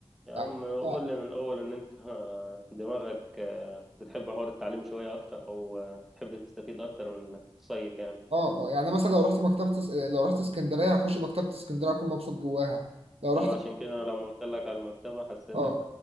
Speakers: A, in the centre; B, on the right (about 75°).
A: يا
B: يعني
A: عم قول
B: آه
A: لي من الأول إن أنت <laughs> آه، دماغك آه، بتحب حوار التعليم شوية أكتر أو آه، بتحب تستفيد أكتر من إنك تصيف يعني
B: آه آه، يعني مثلا لو رحت مكتبة اس- لو رحت اسكندرية هخش مكتبة اسكندرية أكون مبسوط جواها لو رحت
A: اه عشان كده أنا لما قلت لك على المكتبة حسيتك
B: اه